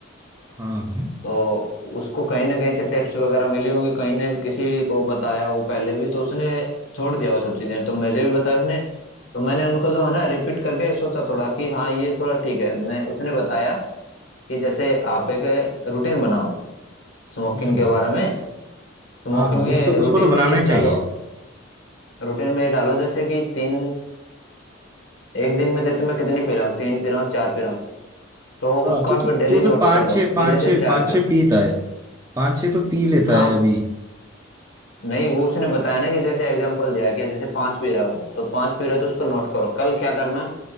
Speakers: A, on the right; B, on the left.
A: हाँ हाँ
B: तो उसको कहीं ना कहीं से टिप्स वगैरह मिली होंगी कहीं ने किसी को बताया होगा पहले भी तो उसने छोड़ दिया वो सब चीजें तो मुझे भी बताया उसने तो मैंने उनको जो है ना रिपीट करके सोचा थोड़ा कि हाँ ये थोड़ा ठीक है मैं उसने बताया कि जैसे आप एक रूटीन बनाओ स्मोकिंग
A: हम्म हम्म,
B: के बारे में स्मोकिंग
A: हाँ हाँ
B: में
A: उस, उसको
B: रूटीन
A: तो बनाना
B: में ये
A: ही चाहिए
B: डालो रूटीन में ये डालो जैसे कि तीन एक दिन में जैसे मैं कितनी पी रहा हूँ तीन पी रहा हूँ चार पी रहा हूँ तो
A: हाँ
B: उसको
A: तू
B: आप
A: तो
B: डेली
A: तू तो
B: नोट्स
A: पाँच
B: कर लो
A: छः पाँच
B: कि जैसे
A: छः
B: चार
A: पाँच
B: पे
A: छः
B: हो
A: पीता है पाँच छः तो पी लेता
B: हाँ
A: है अभी
B: नहीं वो उसने बताया ना कि जैसे एग्जांपल दिया कि जैसे पांच पीरा हो तो पांच पीरा तो उसको नोट करो कल क्या करना